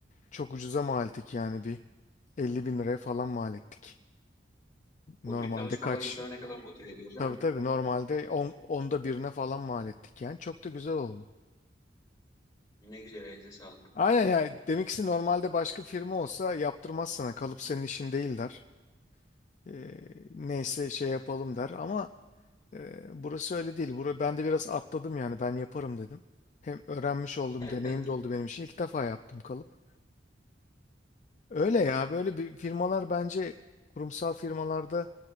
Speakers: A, on the left (about 40°); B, on the left (about 20°).
A: Çok ucuza mal ettik yani bir 50 bin liraya falan mal ettik. Normalde
B: Bu tür çalışmalar
A: kaç?
B: insanı ne kadar motive ediyor değil
A: Tabii
B: mi?
A: tabii normalde 10, onda birine falan mal ettik yani. Çok da güzel oldu.
B: Ne güzel elinize sağlık.
A: Aynen yani demek ki normalde başka bir firma olsa yaptırmaz sana. Kalıp senin işin değil der. Ee, neyse şey yapalım der ama Ee, burası öyle değil. Bura, ben de biraz atladım yani ben yaparım dedim. Hem öğrenmiş oldum,
B: <laughs>
A: deneyim de oldu benim için. İlk defa yaptım kalıp. Öyle ya böyle bir firmalar bence kurumsal firmalarda